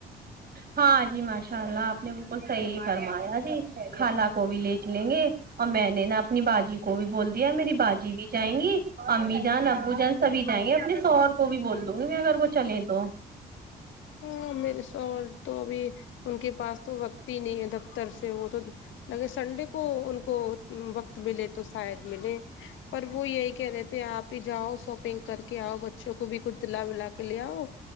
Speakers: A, on the right; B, on the left.
A: ہاں جی ماش ان شاء اللہ آپ نے بالکل صحی فرمایا جی خالہ کو بھی لچ لیں گے اور میں نے نا اپنی باجی کو بھی بول یا میری باجی بھی جائیں گی امی جان ابو جان سبھی جائیں گے اپنے سوہر کو بھی بول دوں گی میں اگر وہ چلیں دو
B: میرے سور تو بھی ان کے پاس تو وقت ہی نہیں ہے دفتر وہ تو لگے سنڈے کو ان کو وقت ملے تو شاید ملے پر وہ یہی کہہ رہے تھے آپ ہی جاؤ شاپنگ کر کے آؤ بچوں کو بھی کچھ دلا ولا لے آؤ